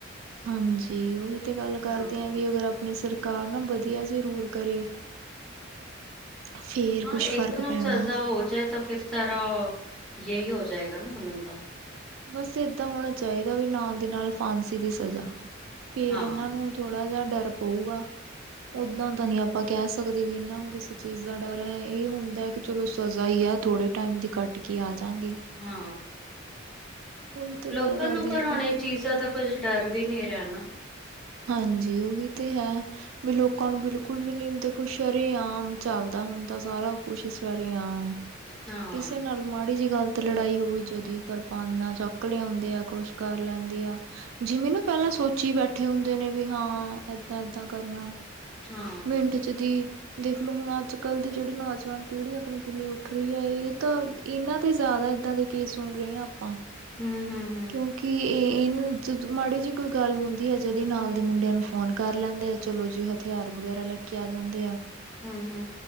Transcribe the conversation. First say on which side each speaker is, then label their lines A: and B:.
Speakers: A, on the right; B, in the centre.
A: ਹਾਂਜੀ! ਉਹੀ ਤੇ ਗੱਲ ਕਰਦੇਆਂ,
B: ਹਾਂ
A: ਵੀ ਅਗਰ ਆਪਣੀ ਸਰਕਾਰ ਨਾ ਵਧੀਆ ਜੇ ਰੂਲ ਕਰੇ। ਫੇਰ
B: ਹਾਂ!
A: ਕੁਛ ਫ਼ਰਕ
B: ਇੱਕ ਨੂੰ
A: ਪੈਣਾ
B: ਸਜ਼ਾ ਹੋ ਜਾਏ। ਤਾ ਫਿਰ ਸਾਰਾ ਯਹੀ ਹੋ ਜਾਏਗਾ ਨਾ, ਉਹਨਾ ਦਾ।
A: ਬਸ ਏਹਦਾਂ ਹੋਉਣਾ ਚਾਹੀਦਾ, ਵੀ ਨਾਲ ਦੀ ਨਾਲ ਫਾਂਸੀ ਦੀ ਸਜ਼ਾ। ਫੇਰ
B: ਹਾਂ
A: ਇਹਨਾਂ ਨੂੰ ਥੋੜਾ ਜਿਹਾ ਡਰ ਪਊਗਾ। ਉਹਦਾਂ ਤਾਂ ਨਹੀਂ ਆਪਾਂ ਕਹਿ ਸਕਦੇ, ਵੀ ਇਹਨਾਂ ਨੂੰ ਕਿਸੀ ਚੀਜ਼ ਦਾ ਡਰ ਹੈ, ਇਹ ਹੁੰਦਾ ਕਿ ਚਲੋ ਸਜ਼ਾ ਈ ਐ, ਥੋੜੇ ਟਾਈਮ ਦੀ ਕੱਟ ਕੇ ਆ ਜਾਂਗੇ।
B: ਹੂ
A: ਉਹੀ ਤੇ
B: ਲੋਕਾਂ
A: ਗੱਲ ਕਰਦੇ
B: ਨੂੰ ਪਰ
A: ਆ
B: ਹੁਣ
A: ਕਿ
B: ਇਹ ਚੀਜ਼ਾਂ ਦਾ ਕੁੱਝ ਡਰ ਵੀ ਨਹੀਂ ਰਿਹਾ ਨਾ।
A: ਹਾਂਜੀ! ਉਹੀ ਤੇ ਹੈ। ਵੀ ਲੋਕਾਂ ਨੂੰ ਬਿਲਕੁਲ ਵੀ ਨਹੀਂ, ਦੇਖੋ ਸ਼ਰੇਆਮ ਚੱਲਦਾ ਹੁੰਦਾ ਸਾਰਾ ਕੁਛ, ਸ਼ਰੇਆਮ।
B: ਹਾਂ
A: ਕਿਸੇ ਨਾਲ ਮਾੜੀ ਜਿਹੀ ਗੱਲ ਤੇ ਲੜਾਈ ਹੋਵੇ, ਜਦੀ ਕਿਰਪਾਨਾਂ ਚੱਕ ਲਿਆਉਂਦੇ ਆ। ਕੁਛ ਕਰ ਲੈਂਦੇ ਆ। ਜਿਵੇਂ ਨਾ ਪਹਿਲਾਂ ਸੋਚੀ ਬੈਠੇ ਹੁੰਦੇ ਨੇਂ, ਵੀ ਹਾਂ ਏਹਦਾਂ ਏਹਦਾਂ ਕਰਨਾ।
B: ਹਾਂ!
A: ਪਿੰਡ ਚ ਦੀ ਦੇਖਲੋ ਹੁਣ ਅੱਜ ਕੱਲ ਦੀ ਜਿਹੜੀ ਨੌਜਵਾਨ ਪੀੜ੍ਹੀ ਆਪਣੀ ਕਿੰਨੀ ਉੱਠ ਰਹੀ ਹੈ, ਇਹ ਤਾਂ ਇਹਨਾਂ ਤੇ ਜ਼ਿਆਦਾ, ਇਹਦਾਂ ਦੇ ਕੇਸ ਸੁਣ ਰਹੇ ਹਾਂ ਆਪਾਂ।
B: ਹੂ ਹੂ ਹੂ
A: ਕਿਉਂਕਿ ਇਹ, ਇੰਹ ਜਦ ਮਾੜੀ ਜਿਹੀ ਕੋਈ ਗੱਲ ਹੁੰਦੀ ਹੈ, ਜਦੀ ਨਾਲ ਦੇ ਮੁੰਡਿਆਂ ਨੂੰ ਫੋ ਫੋਨ ਕਰ ਲੈਂਦੇ ਏਂ। ਚਲੋ ਜੀ ਹਥਿਆਰ ਵਗੈਰਾ ਲੈ ਕੇ ਆ ਜਾਂਦੇ ਆ।
B: ਹੂ ਹੂ